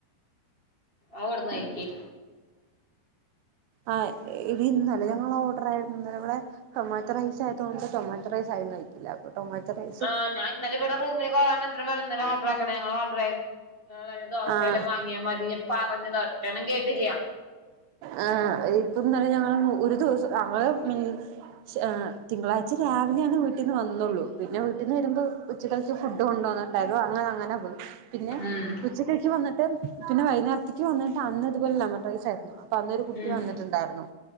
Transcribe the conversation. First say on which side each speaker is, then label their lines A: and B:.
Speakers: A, on the right; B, on the right.
A: ആവടന്നയ്കെ യ്
B: ആഹ് എടി ഇന്നല്ലേ ഞങ്ങളോഡറാ യിരുന്നു ഇന്നലെവടെ ടൊമാറ്റൊ റൈസായതോണ്ട് ടൊമാറ്റൊ റൈസാരും കയിക്കില്ല അപ് ടൊമാറ്റൊറൈ
A: ആ ഞാഇന്നലെ ലെ ഇവിടെ റുമില് പോ വാൻ എത്ര വ ഓർഡറാക്കി <unintelligible> ഞങ്ങൾ ഓർഡർ ആയിരുന്നു വല്ല ദോശവല്ലാം
B: ആഹ്
A: വാങ്ങിയാൽ മതി പറഞ്ഞത ഒറ്റണം കേട്ടില്ല
B: ആ ഇപ്പന്ന ഞങ്ങള് ഒരു ദിവസം ഞങ്ങള് <unintelligible> ഷാതിങ്കളാഴ്ച രാവിലെയാണ് വീട്ടീന്ന് വന്നുള്ളൂ പിന്നെ വീട്ടീന്ന് വരുമ്പോ ഉച്ചക്കൽത്തേ ഫുഡ് കൊണ്ടുവന്നിണ്ടായിരുന്നു അങ്ങനെ അങ്ങനെ പോയി പിന്നെ
A: ഉം
B: ഉച്ചക്കല് ക്ക് വന്നിട്ട് പിന്നെ വൈനാര ത്തേക്ക് വന്നിട്ട് അന്ന ഇതുപോലെ ലമൻ റൈസ് ചേർക്കണം അന്നൊരു കുട്ടി
A: ഉം
B: വന്നിട്ടുണ്ടായിരുന്നു